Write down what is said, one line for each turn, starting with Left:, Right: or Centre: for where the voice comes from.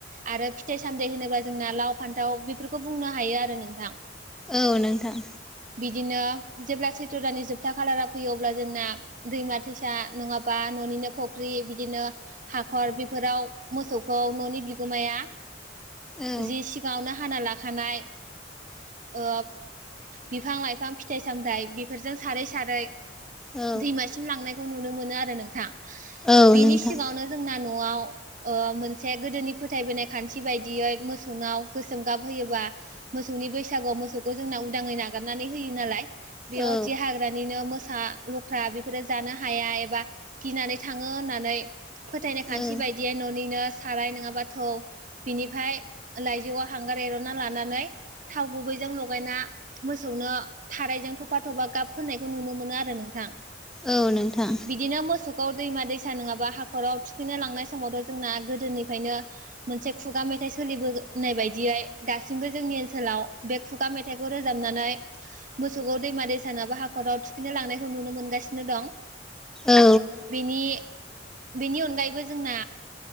Right: आरो फिथाय उन्दै होनोबा जोंना लाव फान्थाव बेफोरखौ बुंनो हायो आरो नोंथां
Centre: औ नोंथां
Right: बिदिनो जेब्ला सैथ' दानि जोबथा खालारा फैयो अब्ला जोंना दैमा दैसा नङाबा न'निनो फुख्रि बिदिनो हाखर बेफोराव मोसौखौ न'नि बिगोमाया
Centre: औ
Right: जि सिगाङावनो हाना लाखानाय ओ बिफां लाइफां फिथाइ सामथायाइ बेफोरजों सारै सारै
Centre: औ
Right: दैमासिम लांनायखौ नुनो मोनो आरो नोंथां
Centre: औ
Right: बेनि
Centre: नोंथां
Right: सिगाङनो जोंना न'आव ओ मोनसे गोदोनि फोथायबोनाय खान्थि बायदियै मोसौनाव गोसोम गाब होयोबा मोसौनि बै सागुआव मोसौखौ जोंना उदाङै नागारनानै होयो नालाय बेयावसे
Centre: औ
Right: हाग्रानिनो मो सा लख्रा बेफोरो जानो हाया एबा गिनानै थाङो होननानै फोथायनाय खान्थि
Centre: औ
Right: बायदियै न'निनो साराय नङाब थौ बिनिफ्राय लाइजौआव हांगार एर'ना लानानै थाव गुबैजों लगायना मोसौनो थारायजों थफा थफा गाब फोननायखौ नुनो मोनो आरो नोंथां
Centre: औ नोंथां
Right: बिदिनो मोसौखौ दैमा दैसा नङाबा हाखराव थुखैनो लांनाय समावथ' जोंना गोदोनिफ्रायनो मोनसे खुगा मे थाइ सोलिबोनाय बायदियै दासिमबो जोंनि ओनसाव बे खुगा मेथाइखौ रोजाबनानै मोसौखौ दैमा दैसानाबा हाखराव थुखिनो लांनायखौ नुनो मोनगासिनो दं
Centre: औ
Right: बेनि बेनि अनगायैबो जोंना